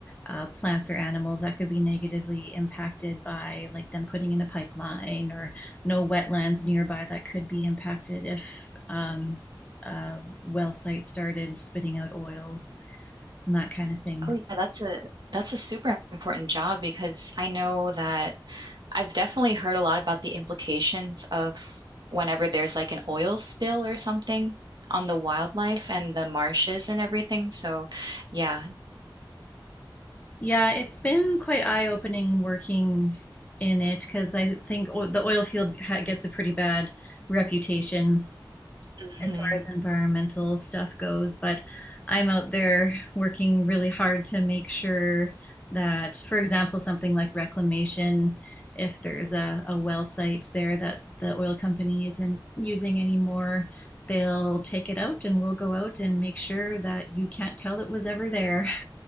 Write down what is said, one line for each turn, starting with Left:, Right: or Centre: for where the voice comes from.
Left: uh, plants or animals that could be negatively impacted by like them putting in a pipeline or no wetlands nearby that could be impacted if um, a well site started spitting out oil and that kind of thing.
Right: Oh, yeah, that's a that's a super important job because I know that I've definitely heard a lot about the implications of whenever there's like an oil spill or something on the wildlife and the marshes and everything. So, yeah.
Left: Yeah, it's been quite eye-opening working in it because I think o the oil field ha gets a pretty bad reputation
Right: hmm
Left: as far as environmental stuff goes, but I'm out there working really hard to make sure that, for example, something like reclamation, if there's a, a well site there that the oil company isn't using anymore, they'll take it out and we'll go out and make sure that you can't tell it was ever there. <laughs>